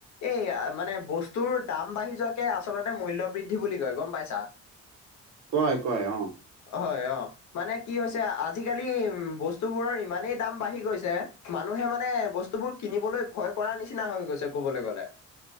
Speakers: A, on the left (about 70°); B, on the right (about 65°).
A: এই মানে বস্তুৰ দাম বাঢ়ি যোৱাকে আচলতে মূল্য বৃদ্ধি বুলি কয়, গম পাইছা? <inaudible>
B: কয় কয় অঁ।
A: হয় অঁ। মানে কি হৈছে, আজিকালি বস্তুবোৰৰ ইমানেই দাম বাঢ়ি গৈছে মানুহে মানে বস্তুবোৰ কিনিবলৈ ভয় কৰাৰ নিচিনা হৈ গৈছে, কবলে গলে।